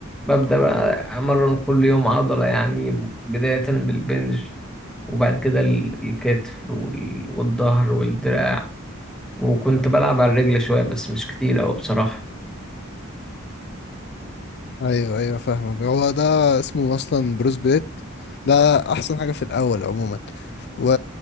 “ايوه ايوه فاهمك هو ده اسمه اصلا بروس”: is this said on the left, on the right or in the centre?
Left